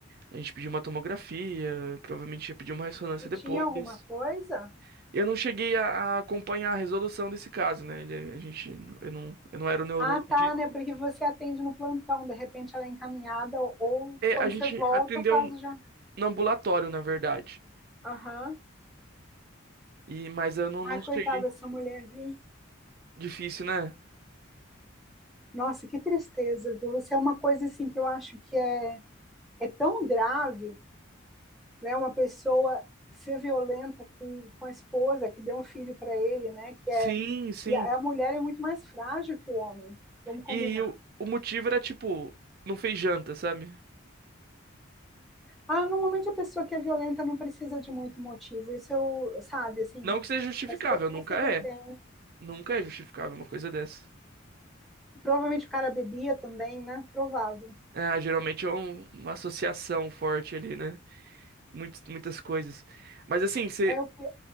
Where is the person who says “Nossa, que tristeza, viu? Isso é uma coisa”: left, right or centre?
Centre